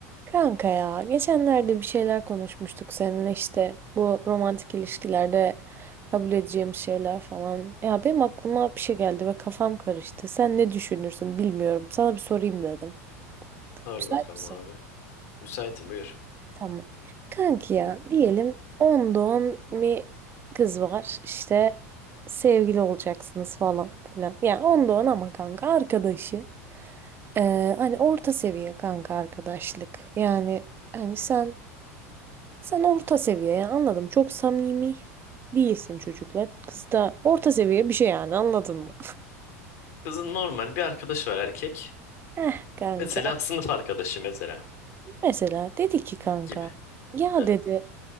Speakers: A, on the right; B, on the left.
A: Kanka ya geçenlerde bir şeyler konuşmuştuk seninle işte bu romantik ilişkilerde kabul edeceğim şeyler falan. Ya benim aklıma bir şey geldi ve kafam karıştı. Sen ne düşünürsün bilmiyorum. Sana bir sorayım dedim.
B: Sor
A: Müsait
B: bakalım
A: misin?
B: abi. Müsaitim buyur.
A: Tamam. Kanki ya
B: Hı.
A: diyelim 10 doğan bir kız var işte sevgili olacaksınız falan filan. Yani 10 doğan ama kanka arkadaşı. Ee, hani orta seviye kanka arkadaşlık. Yani hani sen Sen orta seviye yani anladım. Çok samimi değilsin çocuklar. Kız da orta seviye bir şey yani anladın mı?
B: Kızın normal bir arkadaşı var erkek.
A: Heh kanka.
B: Mesela sınıf arkadaşı mesela
A: Mesela dedi ki kanka
B: gibi.
A: ya
B: Hı.
A: dedi